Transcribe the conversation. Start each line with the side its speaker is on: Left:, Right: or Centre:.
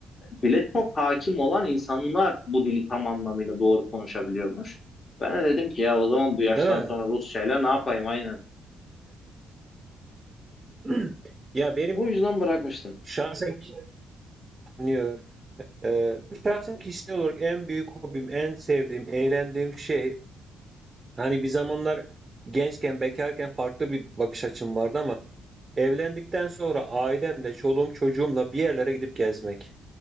Left: dile çok hakim olan insanlar bu dili tam anlamıyla doğru konuşabiliyormuş. Ben de dedim ki ya o zaman
Right: Değil
Left: bu yaştan
Right: mi?
Left: sonra Rusçayla ne yapayım aynen.
Right: <clears throat> Ya benim
Left: O yüzden bırakmıştım.
Right: şahsen ki- dinliyorum. Ee, şahsen kişisel olarak en büyük hobim, en sevdiğim, eğlendiğim şey Hani bir zamanlar gençken, bekarken farklı bir bakış açım vardı ama evlendikten sonra ailemle, çoluğum, çocuğumla bir yerlere gidip gezmek.